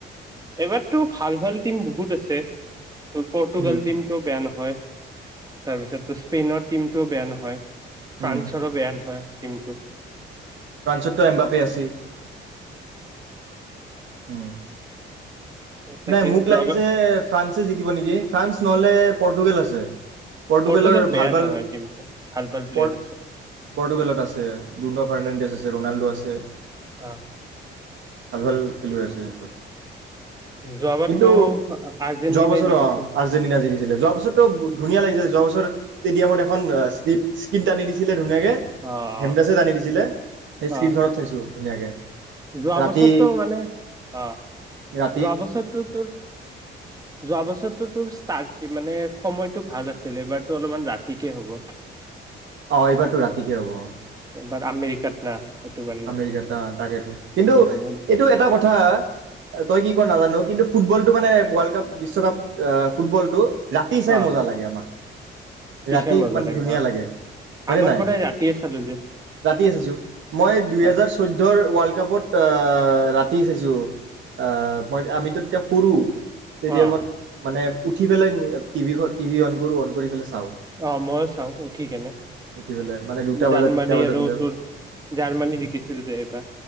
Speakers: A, on the right; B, on the right.
A: এইবাৰতো ভাল-ভাল টিম বহুত আছে। তোৰ পৰ্তুগাল
B: উম।
A: টিমটোও বেয়া নহয়। তাৰপিছতো স্পেইনৰ টিমটোও বেয়া নহয়। ফ্ৰান্সৰো
B: উম,
A: বেয়া নহয়। টীমটো
B: ফ্ৰান্সতটো এমবাপে আছে, উম।
A: তাকে
B: নাই মোক
A: যোৱাবাৰ
B: লাগিছে ফ্ৰান্সে জিকিব নেকি। ফ্ৰান্স নহ'লে পৰ্টুগেল আছে। পৰ্টুগালৰ
A: পৰ্তুগাল বেয়া
B: ভাল-ভাল,
A: নহয় টিমটো। ভাল ভাল প্লেয়াৰ
B: পৰ্-পৰ্টুগালত
A: আছে
B: আছে। বুৰ্ন ফাৰ্ণাণ্ডেছ আছে ৰনাল্ডো আছে। তে
A: <unintelligible>
B: ভাল-ভাল খেলুৱৈ আছে সেইটো
A: যোৱাবাৰতো
B: কিন্তু
A: আৰ্জেন্টিনাই
B: যোৱা বছৰ
A: জিকিছিল।
B: অ', আৰ্জেণ্টিনা জিকিছিলে যোৱা বছৰটো ধুনীয়া লাগিছিলে যোৱা বছৰ। ষ্টেডিয়ামত এখন স্কিড-স্কিন টানি দিছিলে। ধুনিয়াকে,
A: অ অ
B: <unintelligible> দিছিলে সেই স্ক্ৰীণখনত
A: অ
B: চাইছো ধুনীয়াকে
A: যোৱা
B: ৰাতি,
A: বছৰটো মানে অ
B: ৰা
A: যোৱা বছৰটো তোৰ যোৱা বছৰটো তোৰ ষ্টাৰ্ট মানে। সময়তটো ভাল আছিল এইবাৰতো অলপমান ৰাতিকে হ'ব।
B: অ এইবাৰতো ৰাতিকে হ'ব
A: এবাৰ আমেৰিকাত না সেইটো কাৰণে
B: আমেৰিকাত তাকেইেতো কিন্তু
A: সেইটো কাৰণে
B: এইটো এটা কথা তই কি ক নাজানো। কিন্তু ফুটবলটো মানে ৱৰ্ল্ড কাপ বিশ্বকাপ আ ফুটবলটো ৰাতি চাই
A: অ
B: মজা লাগে আমাক ৰাতি
A: চাই মজা
B: মানে ধুনীয়া
A: অ
B: লাগে হয়নে
A: আগৰ
B: নাই
A: পৰাই ৰাতিয়ে চালো যে
B: ৰাতি চাইছো মই দুইহেজাৰ
A: অ
B: চৈধ্যৰ ৱাৰ্ল্ড কাপত ৰাতি কি ছাইছো আ মই আমিতো তেতিয়া সৰু ষ্টেডিয়ামত
A: অ
B: মানে উঠি পেলাই টিভি টিভি অন কৰোঁ অন কৰি ছাও
A: আহ মইো চাও উঠি কেনে
B: উঠি পেলাই মানে দুটা বজাত
A: জাৰ্মানী
B: তিনিটা বজাত
A: আৰু
B: হ'লেও
A: তোৰ জাৰ্মানী জিকিছিল যে এইবাৰ